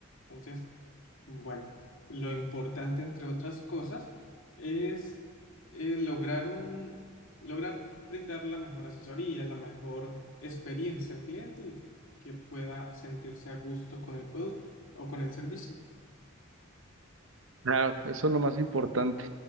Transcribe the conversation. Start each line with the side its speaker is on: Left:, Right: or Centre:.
Left: Entonces, bueno, lo importante, entre otras cosas, es eh, lograr un, lograr brindar la mejor asesoría, la mejor experiencia al cliente y que pueda sentirse a gusto con el producto o con el servicio.
Right: Claro, eso es lo más importante.